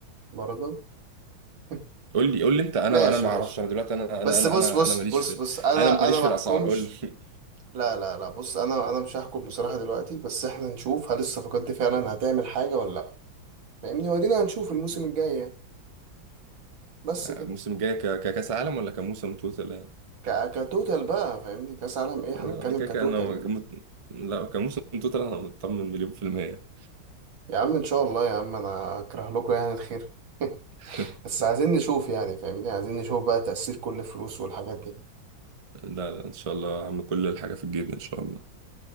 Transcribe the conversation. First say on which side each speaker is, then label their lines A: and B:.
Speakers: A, on the right; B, on the right.
A: برضه <laughs>
B: قول لي قول لي انت انا
A: ماشي
B: انا ما
A: ماشي
B: اعرفش انا دلوقتي انا انا
A: بس
B: انا
A: بص
B: انا
A: بص
B: انا ماليش
A: بص
B: في
A: بص انا
B: انا ماليش
A: انا ما
B: في الاسعار
A: احكمش
B: قول لي
A: لا لا لا بص انا انا مش هحكم بصراحة دلوقتي بس احنا نشوف هل الصفقات دي فعلا هتعمل حاجة ولا لا فاهمني ودينا هنشوف الموسم
B: <laughs>
A: الجاي يعني بس
B: الموسم
A: كده
B: الجاي ك- ككاس عالم ولا كموسم توتال يعني؟
A: ك... كتوتال بقى فاهمني كاس عالم ايه
B: لا
A: هنتكلم
B: كده
A: كتوتال
B: انا
A: دلوقتي
B: مت... لا كموسم توتال انا مطمن مليون في المية
A: يا عم ان شاء الله يا عم انا اكره لكم يعني الخير
B: <laughs>
A: <laughs> بس عايزين نشوف يعني فاهمني عايزين نشوف بقى تأثير كل الفلوس والحاجات دي
B: لا لا ان شاء الله يا عم كل الحاجة في الجيب ان شاء الله